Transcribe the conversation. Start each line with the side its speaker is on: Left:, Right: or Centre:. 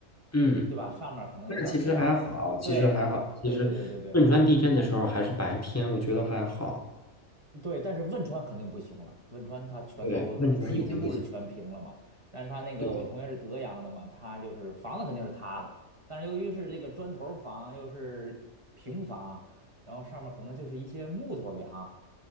Left: 嗯，
Right: 对吧？上面儿可能有点儿凉。
Left: 那其实还好，其实还好，
Right: 对，
Left: 其实汶川地震的时候还是白天，
Right: 对对对对对。
Left: 我觉得还好。
Right: 对，但是汶川肯定不行了，汶川它全都几乎是全平了嘛。
Left: 对，汶川已经不行。
Right: 但是它那个我同学是德阳的嘛，
Left: 对对
Right: 他就是房子肯定是塌了，但是由于是这个砖头房又是平房，然后上面可能就是一些木头梁，